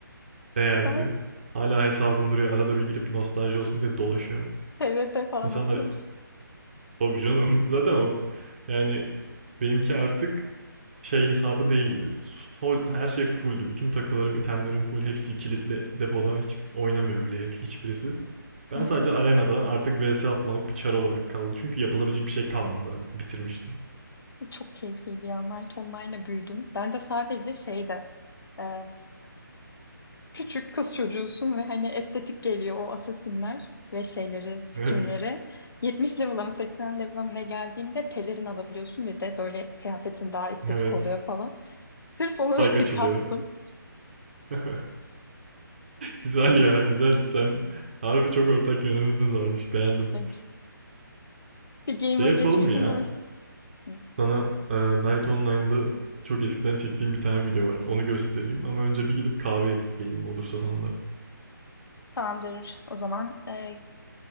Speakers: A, on the right; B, on the left.
A: Değerdi.
B: ben
A: Hala hesabım duruyor. Arada bir girip nostalji olsun diye dolaşıyorum.
B: TVP falan
A: İnsanlar
B: atıyor musun?
A: Tabii canım <laughs> zaten o yani benimki artık şey hesabı değildi. Sol, her şey fulldü. Bütün takılarım, itemlerim full. Hepsi kilitli depoda. Hiç oynamıyor bile hep, hiçbirisi. Ben
B: Hı,
A: sadece arenada artık vs atmalık bir çar olarak kaldı. Çünkü yapılabilecek bir şey kalmadı artık. Bitirmiştim. <laughs>
B: Çok keyifliydi ya. Night Online'la büyüdüm. Ben de sadece şeyde e, küçük kız çocuğusun ve hani estetik geliyor o asesinler ve şeyleri, skinleri.
A: Evet.
B: 70 level'a mı 80 level'a mı ne geldiğinde pelerin alabiliyorsun ve de böyle kıyafetin daha estetik
A: Evet.
B: oluyor falan. Sırf onun
A: Like
B: için
A: açılıyor.
B: kastım.
A: <laughs> Güzel ya güzel. Sen harbi çok ortak yönümüz varmış. Beğendim.
B: Evet. Bir gamer
A: Ne yapalım
B: geçmişim
A: mı ya?
B: var. Hı.
A: Sana e, Night Online'da çok eskiden çektiğim bir tane video var. Onu göstereyim ama önce bir gidip kahve yapıp geleyim olursa sana da.
B: Tamamdır. O zaman e,